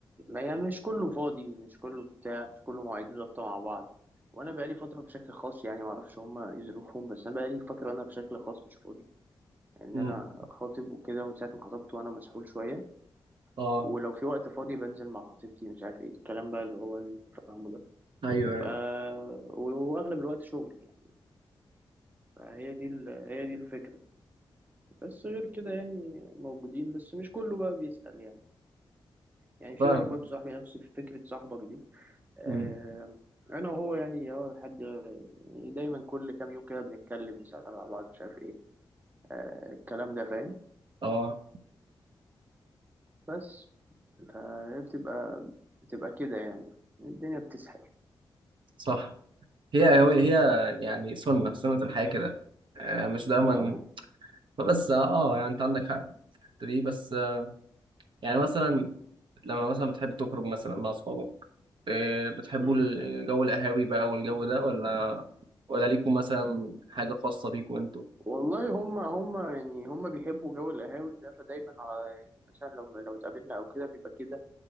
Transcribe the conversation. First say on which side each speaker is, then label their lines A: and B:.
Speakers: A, on the right; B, on the right.
A: ما يعني مش كله فاضي مش كله بتاع مش كله مواعيده ظابطه مع بعض وانا بقالي فتره بشكل خاص يعني ما اعرفش هما ايه ظروفهم بس انا بقالي فتره انا بشكل خاص مش فاضي يعني ان
B: مم.
A: انا خاطب وكده ومن ساعه ما خطبت وانا مسحول شويه
B: اه
A: ولو في وقت فاضي بنزل مع خطيبتي مش عارف ايه الكلام بقى اللي هو اللي انت فاهمه ده
B: ايوه يعني
A: ف واغلب الوقت شغل يعني. فهي دي ال... هي دي الفكرة بس غير كده يعني موجودين بس مش كله بقى بيسأل يعني يعني في
B: فاهم
A: واحد برضه صاحبي نفس فكرة صاحبك دي آه...
B: مم.
A: أنا وهو يعني اه لحد يعني دايما كل كام يوم كده بنتكلم نسأل على بعض مش عارف ايه آه... الكلام ده فاهم
B: اه
A: بس فهي بتبقى بتبقى كده يعني الدنيا بتسحل
B: صح هي هو- هي يعني سنه سنه الحياه كده آه مش دايما
A: اه
B: بس اه يعني انت عندك حق في الحتة دي بس آه يعني مثلا لما مثلا بتحب تخرج مثلا مع اصحابك إيه، بتحبوا
A: مم.
B: الجو القهاوي بقى والجو ده ولا ولا ليكم مثلا حاجة خاصة بيكم انتوا
A: والله هم هم يعني هم بيحبوا جو القهاوي ده فدايما على مثلا لو لو اتقابلنا او كده بيبقى كده